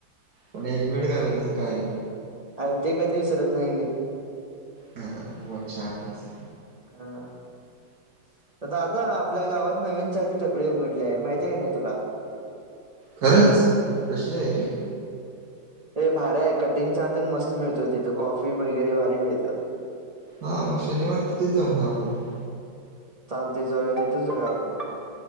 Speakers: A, on the right (about 65°); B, on the right (about 30°).
A: पण हेलमेट घालायचं कायम.
B: अय, ते कधी विसरत नाही की.
A: हा, मग छान आहेस.
B: हां, ह. दादा, आपल्या गावात नवीन चहाची टपरी उघडली आहे, माहितीये का नाही तुला?
A: खरंच, कशी आहे रे?
B: ए, भारी हाय कटिंग चहा तर मस्त मिळतोय तिथं, कॉफी वगैरे भारी मिळत्यात.
A: हा, मग शनिवारी तिथेच जाऊना आपण.
B: चालतंय, जाऊया तिथंच जाऊया आपण.